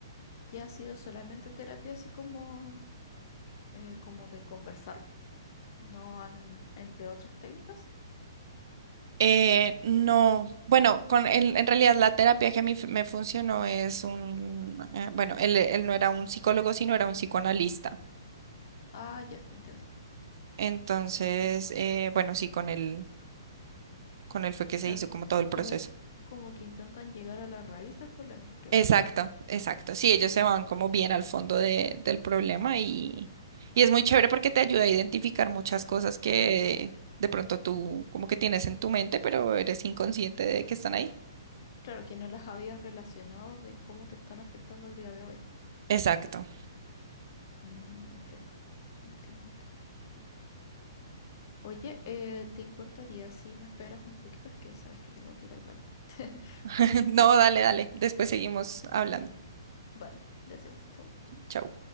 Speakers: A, on the left; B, on the right.
A: ¿Y ha sido solamente terapia así como, eh, como de conversar? ¿No han empleado otras técnicas?
B: Eh, no, bueno, con en, en realidad la terapia que a mí f- me funcionó es un, eh, bueno, él, él no era un psicólogo, sino era un psicoanalista.
A: Ah, ya, entiendo.
B: Entonces, eh, bueno, sí, con él, con él fue que
A: Claro,
B: se hizo
A: c-
B: como todo el proceso.
A: con él como que intentan llegar a la raíz del problema, creo.
B: Exacto, exacto. Sí, ellos se
A: Mm.
B: van como bien al fondo de- del problema y, y es muy chévere porque te ayuda a identificar muchas cosas que de pronto tú como que tienes en tu mente, pero eres inconsciente de que están ahí.
A: Claro, que no las habías relacionado de cómo te están afectando el día de hoy.
B: Exacto.
A: Mm, entiendo, entiendo, entiendo. Oye, eh, ¿te importaría si me esperas un poquito? Es que sabes que tengo que ir al baño. <laughs>
B: <laughs> No, dale, dale. Después seguimos hablando.
A: Vale, gracias, chau.
B: Chao.